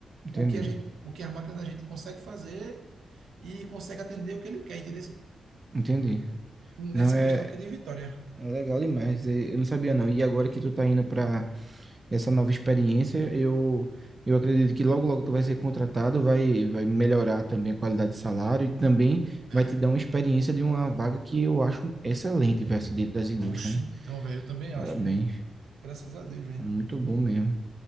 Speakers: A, on the right; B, on the right.
A: Entendi.
B: O que a gente, o que a máquina da gente consegue fazer e consegue atender o que ele quer, entendeu?
A: Entendi.
B: Nessa
A: Não é
B: questão aqui de Vitória.
A: é legal demais. Eu não sabia, não. E agora que tu tá indo para essa nova experiência. Eu, eu acredito que logo, logo tu vai ser contratado, vai, vai melhorar também a qualidade de salário e também vai
B: É.
A: te dar uma experiência de uma vaga que eu acho excelente, velho, assim, dentro das indústrias,
B: Oxi,
A: né?
B: então, velho, eu também
A: Parabéns.
B: acho, hein? Graças a Deus, velho.
A: É muito bom mesmo.